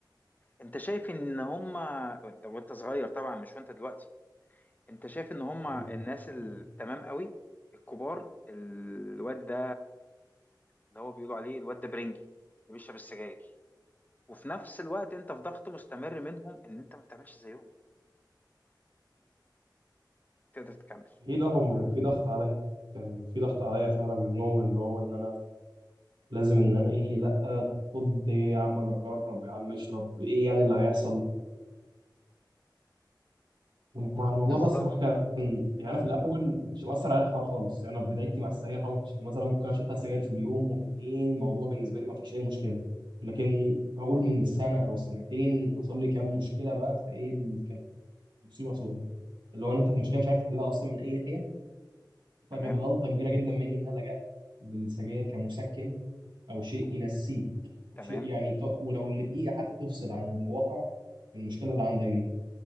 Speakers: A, on the left; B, on the right.
A: انت شايف ان هما وانت وإنت صغير طبعا مش وانت دلوقتي انت شايف ان هما
B: <laughs>
A: الناس التمام قوي الكبار الواد ده اللي هو بيقولوا عليه الواد ده برنجي اللي بيشرب السجاير وفي نفس الوقت انت في ضغط مستمر منهم ان انت ما بتعملش زيهم تقدر تكمل
B: اكيد اه هم كان في ضغط عليا كان في ضغط عليا فعلا منهم اللي هو ان انا لازم ان انا ايه لا خد إيه يا عم جرب يا عم اشرب ايه يعني اللي هيحصل ومع الموضوع
A: بالظبط
B: بقى الصراحه كان يعني انا في الاول ما كانش مأثر عليا الحوار خالص يعني انا في بدايتي مع السجاير ما كنتش مثلا ممكن اشرب ثلاث سجاير في اليوم وكان ايه الموضوع بالنسبه لي ما فيش اي مشكله لكن بقول من سنه او سنتين حصل لي كام مشكله بقى فايه اللي كانت مصيبه سوداء اللي هو ان انت في مشكله مش عارف تحلها اصلا من اي ناحيه فكانت
A: تمام
B: غلطة كبيرة جدا مني إن أنا لجأت للسجاير كمسكن أو شيء ينسيك أو
A: تمام
B: شيء يعني ت... ولو لدقيقة حتى تفصل عن الواقع من المشكلة اللي عندك دي